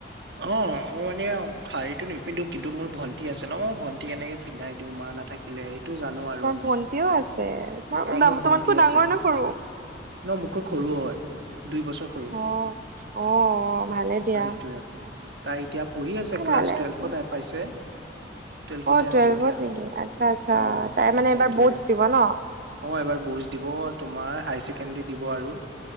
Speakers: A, on the right; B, on the right.
A: অ' মই মানে শাৰীটো নিপিন্ধো কিন্তু মোৰ ভন্টি আছে ন' ভন্টি এনেকে পিন্ধাই দিও মা নাথা পিলে, এইটো জানো আৰু।
B: ভণ্টিও আছে, তোমাৰ
A: অ মোৰ ভন্টি
B: তোমাতকৈ
A: আছে
B: ডাঙৰ নে সৰু?
A: ন' মোতকৈ সৰু হয়, দুই বছৰ সৰু।
B: অ অ ভালে দিয়া
A: আইটোৱে। তাই এতিয়া পঢ়ি আছে, ক্লাছ
B: ভালে
A: টুৱেলভত
B: আছে
A: আহি পাইছে। টুৱেলভতে
B: অ' টুৱেলভত
A: আছে এতিয়া
B: নেকি আচ্ছা আচ্ছা,
A: অ
B: তাই মানে
A: সেইটোয়ে।
B: এইবাৰ ব'টছ দিব ন'?
A: অ' এইবাৰ ব'টছ দিব, তোমাৰ হাই ছেকেণ্ডেৰী দিব আৰু।